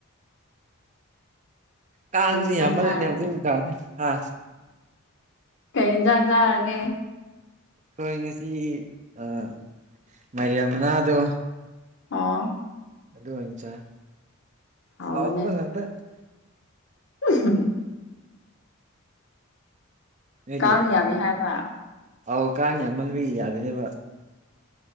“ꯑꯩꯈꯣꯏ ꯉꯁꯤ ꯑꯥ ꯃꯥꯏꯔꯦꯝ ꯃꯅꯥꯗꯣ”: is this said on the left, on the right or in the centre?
Right